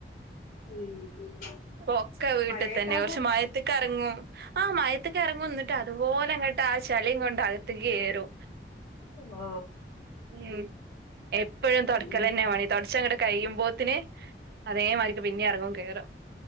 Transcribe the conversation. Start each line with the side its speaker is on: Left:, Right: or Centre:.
Left: ഉം ഉം ഉം.
Right: പൊക്കെ വീട്ടിതന്നെ
Left: മഴയൊക്കെ അവിടെ
Right: പഷേ മയത്ത്ക്ക് യർങ്ങും ആ മയത്തക്കെർങ്ങും ഇന്നിട്ട് അതുപോലെ ഇങ്ങട്ട് ആ ചളീം കൊണ്ട് അകത്ത്ക്ക് കേറും
Left: ഓ
Right: ഉം എപ്പഴും തൊട്ക്കലെന്നെ
Left: ഉം
Right: പണി തൊടച്ചങ്ങട് കഴിയുമ്പോത്തിന് അതേമാരിക്ക് പിന്നെ എർങ്ങും കേറും